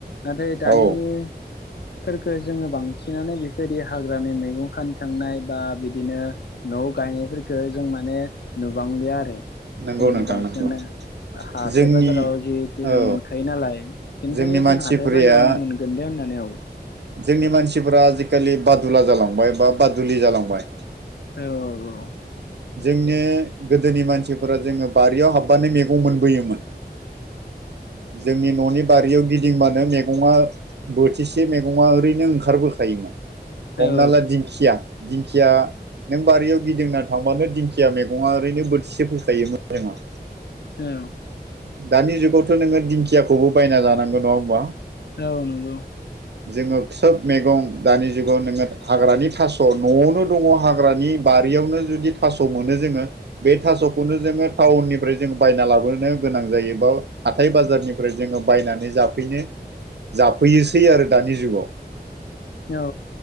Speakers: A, on the left; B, on the right.
A: नाथाय दानिखो
B: औ
A: जोङो बां सिनानै बे सोरदि हाग्रानि मैगं खान थांनाय बा बिदिनो न'आव गायनायफोरफोरखौो जों माने नुबांलिया आरो।
B: नंगौ
A: जोङो
B: नोंथां
A: बांसिनानो
B: नंगौ
A: हाथाय
B: जोंनि
A: बाजाराव जिहेथु
B: औ
A: मोनखायो नालाय बेनिखायनो
B: जोंनि
A: जों
B: मानसिफोरया
A: हाथथाय बाजारावनो मोनगोन दे होननानै आ
B: जोंनि मानसिफोरा आजिखालि बादुला जालांबाय बा बादुलि जालांबाय।
A: औ औ
B: जोंनि गोदोनि मानसिफोरा जोङो बारियाव हाबबानो मैगं मोनबोयोमोन। जोंनि न'नि बारियाव गिदिंबानो मैगङा बोथिसे मैगङा ओरैनो ओंखारबोखायोमोन। हमना
A: औ
B: ला दिंखिया, दिंखिया नों बारियाव गिदिंना थांबानो दिंखिया मैगङा ओरैनो बोथिसे फैखायोमोन जोङा।
A: औ
B: दानि जुगावथ' नोङो दिंखियाखौबो बायना जानांगौ नङा होमबा?
A: औ नंगौ।
B: जोङो सोब मैगं दानि जुगाव नोङो हाग्रानि थास' न'आवनो दङ हाग्रानि बारियावनो जुदि थास' मोनो जोङो बे थास'खौनो जोङो टाउननिफ्राय जो बायना लाबोनो गोनां जायोबा हाथाय बाजारनिफ्राय जोङो बायनानै जाफैनो जाफैयोसै आरो दानि जुगाव
A: औ